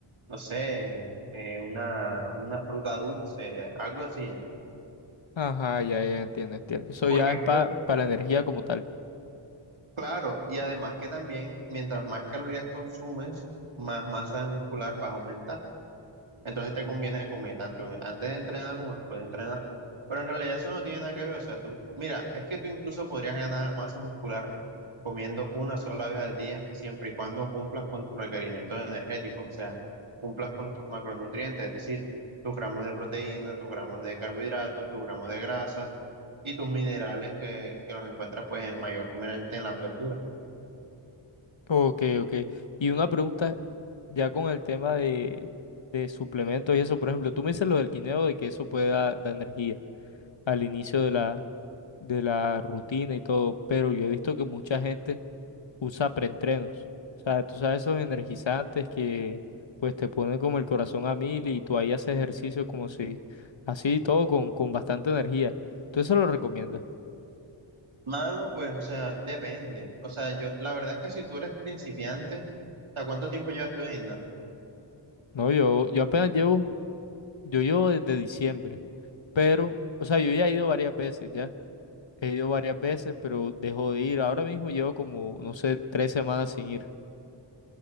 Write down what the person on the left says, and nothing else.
Ajá, ya, ya, entiendo, entiendo. Eso
ya es
pa- para la energía como tal.
Ok, ok. Y una pregunta ya con el tema de, de suplementos y eso, por ejemplo, tú me dices lo del guineo de que eso puede dar dar energía. al inicio de la, de la rutina y todo, pero yo he visto que mucha gente usa preentrenos. O sea, tú sabes esos energizantes que pues te ponen como el corazón a mil y tú ahí haces ejercicio como si así todo con, con bastante energía. ¿Tú eso lo recomiendas?
No, yo, yo apenas llevo, yo llevo desde diciembre, pero, o sea, yo ya he ido varias veces, ya. He ido varias veces, pero dejo de ir. Ahora mismo llevo como, no sé, tres semanas sin ir.